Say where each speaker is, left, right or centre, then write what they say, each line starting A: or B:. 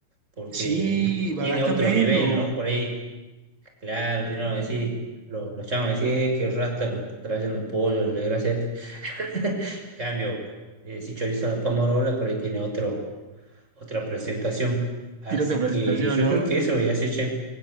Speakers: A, on the right; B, on the right.
A: porque
B: Sí,
A: tiene
B: va a gastar
A: otro
B: menos.
A: nivel, ¿no? Por ahí, claro, si no, decís, lo- los chavos decís, "Eh, qué rasta nos está trayendo pollo, la gracia <laughs> En cambio, eh, si chorizo a la pomarola, por ahí tiene otro, otra presentación. Así
B: Tiro otra presentación,
A: que yo
B: ¿no?
A: creo que eso voy a hacer, che.